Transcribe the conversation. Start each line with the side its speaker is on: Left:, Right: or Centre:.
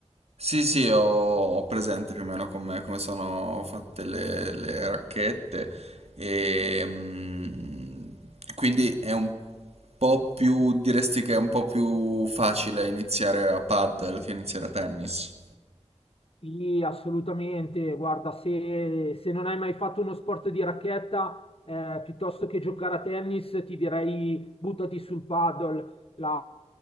Right: Sì, sì, ho, ho presente più o meno come, come sono fatte le, le racchette e mm, quindi è un po' più, diresti che è un po' più facile iniziare a paddle che iniziare a tennis.
Left: Sì, assolutamente. Guarda, se, se non hai mai fatto uno sport di racchetta, eh, piuttosto che giocare a tennis, ti direi buttati sul paddle. La,